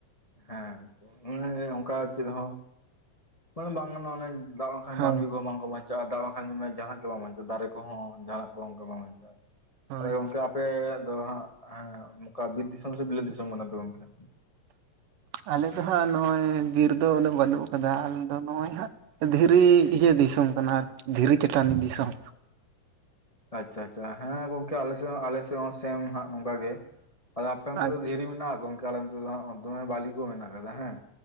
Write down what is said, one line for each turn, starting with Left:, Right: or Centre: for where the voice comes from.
Left: ᱦᱮᱸ ᱜᱚᱝᱠᱮ ᱚᱱᱮ ᱞᱟᱹᱭ ᱫᱟ ᱚᱱᱠᱟ ᱪᱮᱜ ᱦᱚᱸᱼᱼ ᱠᱚ ᱵᱟᱝ <inaudible> ᱚᱱᱮ ᱫᱟᱜ ᱵᱟᱠᱷᱟᱱ
Right: ᱦᱳᱭ
Left: ᱢᱟᱱᱢᱤ ᱠᱚ ᱦᱚᱸ ᱵᱟᱝ ᱠᱚ ᱵᱟᱧᱼᱼ ᱪᱟᱜ-ᱟ ᱫᱟᱜ ᱵᱟᱝᱠᱷᱟᱱ ᱩᱢ ᱡᱟᱦᱟᱸ ᱱᱟᱜ ᱜᱮ ᱵᱟᱝ ᱵᱟᱧᱪᱟᱜ ᱫᱟᱨᱮ ᱠᱚᱦᱚᱸ ᱡᱟᱦᱟᱸ ᱱᱟᱜ ᱠᱚ ᱚᱱᱠᱟ ᱵᱟᱝ ᱵᱟᱧᱪᱟᱜ-ᱟ,
Right: ᱦᱳᱭ
Left: ᱛᱟᱦᱚᱞᱮ ᱜᱟᱝᱠᱮ ᱟᱯᱼᱼ ᱟᱯᱮ ᱫᱚ ᱦᱟᱸᱜ ᱦᱮᱸ ᱱᱚᱠᱟ ᱵᱤᱨ ᱫᱤᱥᱚᱢ ᱥᱮ ᱵᱤᱞᱟᱹᱛ ᱫᱤᱥᱚᱢ ᱠᱟᱱᱟ ᱯᱮ ᱜᱚᱝᱠᱮ?
Right: ᱟᱞᱮ ᱫᱚ ᱦᱟᱸᱜ ᱱᱚᱜ-ᱚᱭ ᱵᱤᱨ ᱫᱚ ᱵᱚᱞᱮ ᱵᱟᱱᱩᱜ ᱟᱠᱟᱫᱟ ᱟᱞᱮ ᱫᱚ ᱱᱚᱜ-ᱚᱭ ᱦᱟᱸᱜᱼᱼ ᱫᱷᱤᱨᱤ ᱤᱭᱟᱹ ᱰᱤᱥᱚᱢ ᱠᱟᱱᱟ ᱟᱨᱠᱤ ᱫᱷᱤᱨᱤ ᱪᱟᱴᱟᱱᱤ ᱫᱤᱥᱚᱢ᱾
Left: ᱟᱪᱪᱷᱟ ᱟᱪᱪᱷᱟ ᱦᱮᱸ ᱜᱚᱝᱠᱮ ᱟᱞᱮ‌ ᱥᱮᱜ ᱟᱞᱮ ᱥᱮᱜ ᱦᱚᱸ ᱥᱮᱢ ᱦᱟᱸᱜ ᱱᱚᱝᱠᱟ ᱜᱮ᱾ ᱟᱫᱚ ᱟᱯᱮ ᱚᱱᱛᱮ
Right: ᱟᱪᱪᱷᱟ
Left: ᱫᱚ ᱫᱷᱤᱨᱤ ᱢᱮᱱᱟᱜ-ᱟ ᱜᱚᱝᱠᱮ ᱟᱞᱮ ᱱᱚᱛᱮ ᱫᱚ ᱦᱟᱸᱜ ᱫᱚᱢᱮ ᱵᱟᱞᱤ ᱠᱚ ᱢᱮᱱᱟᱜ ᱟᱠᱟᱫᱟ ᱦᱮᱸ